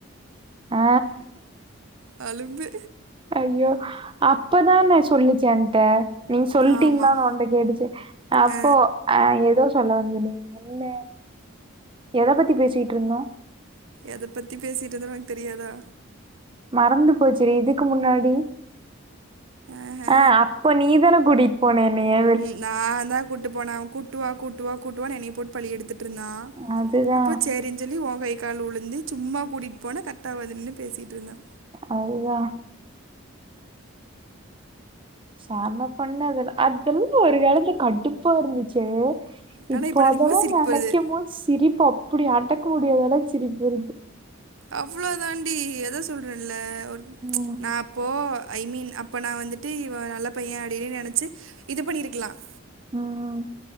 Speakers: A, on the right; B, on the right.
A: அ
B: அலும்பு
A: ஐயோ அப்பதான சொல்லிச்சு என்ட நீங்க சொல்லிட்டீங்களா
B: ஆமாம்
A: உனே கேட்டுச்சு அப்போ
B: ஆ
A: அ ஏதோ சொல்ல வந்தனே என்ன எத பத்தி பேசிட்டு இருந்தோம்
B: எத பத்தி பேசிட்டுந்தம் உனக்கு தெரியாதா
A: மறந்து போச்சுடீ இதுக்கு முன்னாடி
B: ஆஹா.
A: ஆ அப்ப நீதான கூட் போன என்னய
B: ம் நா தா கூட்டிட்டு போனே கூட்டுவா கூட்டுவா கூட்டுவா என்னய போட்டு பழி எடுத்துட்டு இருந்தா
A: அதுதா
B: அப்போ சேரி சொல்லி உங்கை கழுவலந்து சும்மா கூட்டிட்டு போன கட்டாவது நின்னு பேசிட்டுருந்தா
A: அதுதா சம பண்ணது அதல்லாம் ஒரு காலத்துல கடுப் பா இருந்துச்சே
B: ஆனால்
A: இப்போ
B: நினைக்கும்
A: அதெல்லாம்
B: போது சிரிக்க
A: நெனைக்கு
B: போகிறது
A: போது சிரிப்பு அப்டி அடக்க முடியதளவுக்கு சிரிப்பு வருது
B: அவ்ளோ தாண்டி எத சொல்றேன்ல ஒரு
A: ம்
B: நா இப்போ ஐ மீன் அப்போ நா வந்ட்டு இவன் நல்ல பையன் அப்டின்னு நெனச்சி இது பண்ணிருக்கலாம்
A: ம்